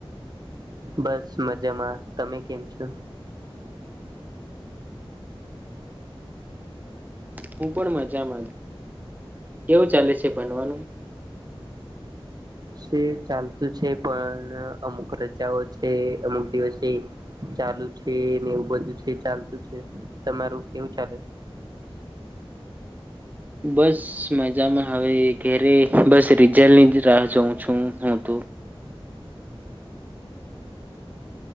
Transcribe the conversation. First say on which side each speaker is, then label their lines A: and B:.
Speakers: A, on the right (about 45°); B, on the right (about 20°).
A: બસ મજામાં તમે કેમ છો?
B: હું પણ મજામાં જ કેવું ચાલે છે ભણવાનું?
A: છે ચાલતું છે પણ અમુક રજાઓ છે અમુક દિવસે ચાલુ છેને એવું બધું છે ચાલતું છે. તમારું કેવું ચાલે?
B: બસ મજામાં હવે એક ઘરે બસ રીઝલટ ની જ રાહ જોઉં છું હું તો